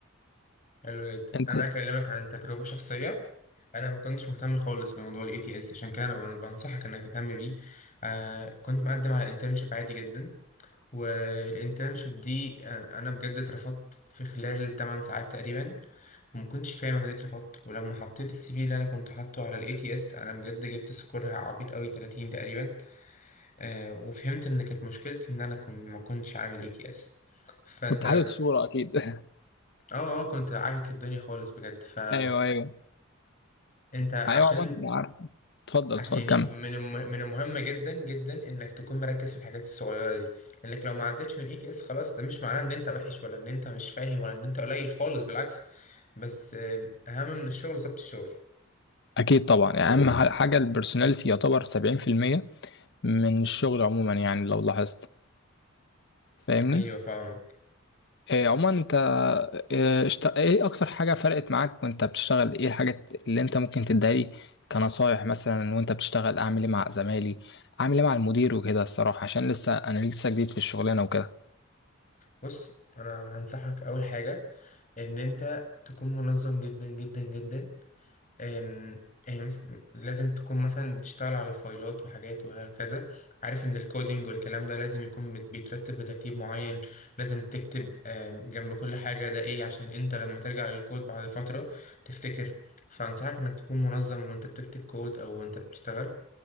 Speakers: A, on the left; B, on the left.
A: حلو جدا
B: انت
A: انا اكلمك عن تجربه شخصيه انا ما كنتش مهتم خالص بموضوع الاي تي اس عشان كده انا بن- بنصحك انك تهتم بيه آه كنت مقدم على انترنشيب عادي جدا والانترنشيب دي انا أنا بجد اترفضت في خلال 8 ساعات تقريبا وما كنتش فاهم انا ليه اترفضت ولما حطيت السي في اللي انا كنت حاطه على الاي تي اس انا بجد جبت سكورها عبيط قوي 30 تقريبا آه وفهمت ان كانت مشكلتي ان انا كنت ما كنتش عامل اي تي اس فانت
B: كنت حاطط صورة اكيد <laughs>
A: اه اه كنت عاكك الدنيا خالص بجد فانت
B: ايوه ايوه
A: عشان
B: ايوه عمر أنا عارف اتفضل
A: عشان
B: اتفضل
A: يعني
B: كمل
A: من الم... من المهم جدا جدا انك تكون مركز في الحاجات الصغيره دي لانك لو ما عدتش من اي تي اس خلاص ده مش معناه ان انت وحش ولا ان انت مش فاهم ولا ان انت قليل خالص بالعكس بس آه، اهم من الشغل ظبط الشغل
B: اكيد طبعا يعني اهم ح- حاجة البرسوناليتي يعتبر 70% من الشغل عموما يعني لو لاحظت فاهمني
A: ايوه فاهمك
B: إيه عموما انت إيه اشت- إيه اكتر حاجة فرقت معاك وانت بتشتغل ايه الحاجات اللي انت ممكن تديها لي كنصايح مثلا وانت بتشتغل اعمل ايه مع زمايلي اعمل ايه مع المدير وكده الصراحة عشان لسه انا لسه جديد في الشغلانة وكده
A: بص انا هنصحك اول حاجه ان انت تكون منظم جدا جدا جدا أم- يعني مثلا لازم تكون مثلا بتشتغل على فايلات وحاجات وهكذا عارف ان الكودينج والكلام ده لازم يكون مت- بيترتب بترتيب معين لازم تكتب أم، جنب كل حاجة ده ايه عشان انت لما ترجع للكود بعد فترة تفتكر فانصحك انك تكون منظم وانت بتكتب كود او وانت بتشتغل